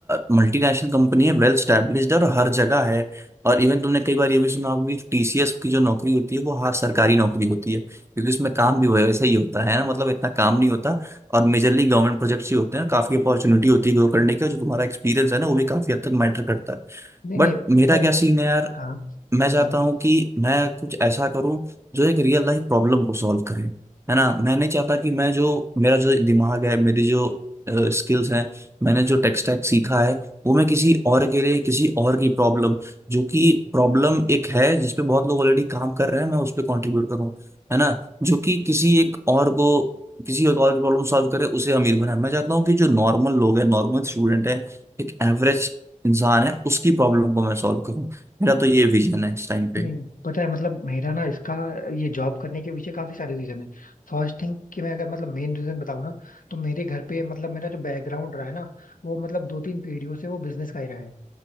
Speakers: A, on the right; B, on the left.
A: मल्टीनेशनल कंपनी है वेल स्टैब्लिश्ड है और हर जगह है और इवन तुमने कई बार ये भी सुना होगा कि टीसीएस की जो नौकरी होती है वो हर सरकारी नौकरी होती है क्योंकि उसमें काम भी वैसा ही होता है ना मतलब इतना काम नहीं होता और मेजरली गवर्नमेंट प्रोजेक्ट्स ही होते हैं काफी अपॉर्चुनिटी होती है ग्रो करने की और जो तुम्हारा एक्सपीरियंस है ना वो भी काफी हद तक मैटर करता है
B: नहीं
A: बट
B: नहीं
A: मेरा
B: पता है
A: क्या
B: मतलब
A: सीन है यार
B: हाँ
A: मैं
B: बताओ
A: चाहता हूँ कि मैं कुछ ऐसा करूँ जो एक रियल लाइफ प्रॉब्लम को सॉल्व करे है ना मैं नहीं चाहता कि मैं जो मेरा जो दिमाग है मेरी जो स्किल्स हैं मैंने जो टेक स्टैक सीखा है वो मैं किसी और के लिए किसी और की प्रॉब्लम जो कि प्रॉब्लम एक है जिसपे बहुत लोग ऑलरेडी काम कर रहे हैं मैं उस पर कॉन्ट्रीब्यूट करूँ है ना जो कि किसी एक और को किसी एक और की प्रॉब्लम सॉल्व करे उसे अमीर बनाए मैं चाहता हूँ कि जो नॉर्मल लोग हैं नॉर्मल स्टूडेंट है एक एवरेज इंसान है उसकी प्रॉब्लम को मैं सॉल्व करूँ मेरा तो ये विजन है इस टाइम पे
B: नहीं पता है मतलब मेरा ना इसका ये जॉब करने के पीछे काफी सारे रीजन है फर्स्ट थिंग कि मैं अगर मतलब मेन रीजन बताऊं ना तो मेरे घर पे मतलब मेरा जो बैकग्राउंड रहा है ना वो मतलब दो तीन पीढ़ियों से वो बिजनेस का ही रहा है